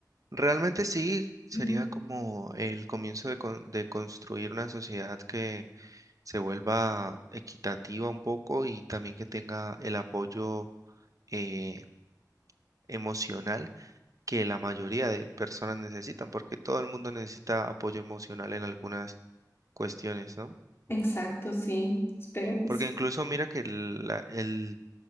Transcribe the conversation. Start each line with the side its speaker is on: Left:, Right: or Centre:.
Right: Realmente sí, sería
Left: ujú.
Right: como el comienzo de, con- de construir una sociedad que se vuelva equitativa un poco y también que tenga el apoyo eh, emocional que la mayoría de personas necesitan, porque todo el mundo necesita apoyo emocional en algunas cuestiones, ¿no?
Left: Exacto, sí. Espero que
Right: Porque
Left: sí.
Right: incluso mira que el, la- el